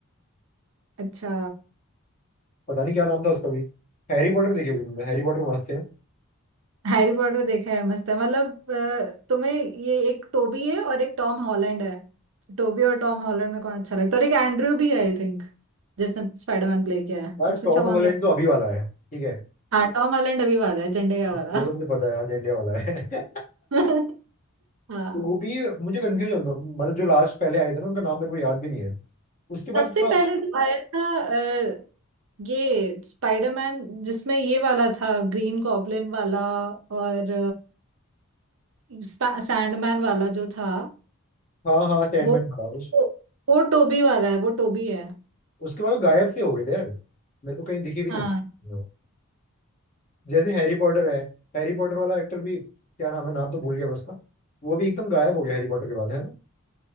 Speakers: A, on the right (about 65°); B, on the left (about 35°).
A: अच्छा
B: पता नहीं क्या नाम था उसका भी हैरी पॉटर देखी होगी तुमने हैरी पॉटर मस्त है
A: हैरी पॉटर देखा है मस्त है मतलब अ, तुम्हें ये एक टोबी है और एक टॉम हॉलैंड है टोबी और टॉम हॉलैंड में कौन अच्छा लगता है और एक एंड्रयू भी है आई थिंक जिसने स्पाइडरमैन प्ले किया है
B: यार
A: सबसे
B: टॉम
A: अच्छा कौन
B: हॉलैंड
A: लगता
B: तो अभी वाला है ठीक है
A: है हाँ टॉम हॉलैंड अभी वाला है झंडेया वाला
B: वो तो मुझे पता है अजेंडे वाला है
A: <laughs> हाँ
B: वो भी मुझे कंफ्यूज होता मतलब जो लास्ट पहले आए थे ना उनका नाम मेरे को याद भी नहीं है उसके बाद
A: सबसे
B: थोड़ा-
A: पहले जो आया था अ, ये स्पाइडरमैन जिसमें ये वाला था ग्रीन गॉब्लिन वाला और अ, सैंडमैन वाला जो था
B: हाँ हाँ सैंडमैन
A: वो
B: था उस,
A: वो, वो टोबी वाला है वो टोबी है
B: उसके बाद वो गायब से हो गए थे यार मेरे को कहीं दिखी भी
A: हाँ,
B: नहीं उसकी जैसे हैरी पॉटर है हैरी पॉटर वाला एक्टर भी क्या नाम है नाम तो भूल गया मैं उसका वो भी एकदम गायब हो गया हैरी पॉटर के बाद है ना